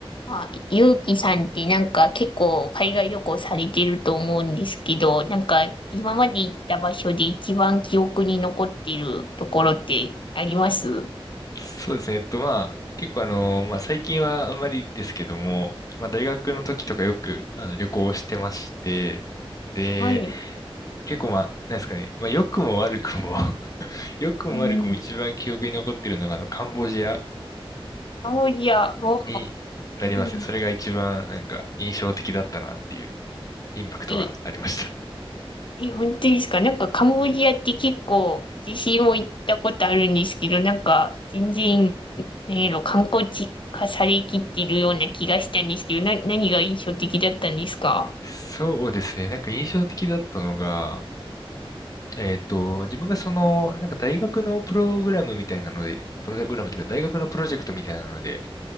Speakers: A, on the left; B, on the left.
A: まあ、ゆうきさんってなんか結構海外旅行されてると思うんですけど、なんか今まで行った場所で一番記憶に残っているところってあります
B: そうですね。えっと、まあ、結構あの、まあ、最近はあんまりですけども、まあ、大学の時とかよく、あの、旅行をしてまして、で、
A: はい。
B: 結構まあ、なんですかね、まあ、良くも悪くも <laughs> 良くも悪くも一番記憶に残ってるのが、
A: うん。
B: あの、カンボジア
A: カンボジアは、
B: になりますね。
A: うん。
B: それが一番、なんか、印象的だったなっていう、インパクトがありました。
A: え、え、本当ですかなんかカンボジアって結構私も行ったことあるんですけど、なんか全然、何やろ、観光地化されきってるような気がしたんですけど、な、何が印象的だったんですか
B: そうですね。なんか印象的だったのが、えっと、自分がその、なんか大学のプログラムみたいなので、プログラムというか大学のプロジェクトみたいなので、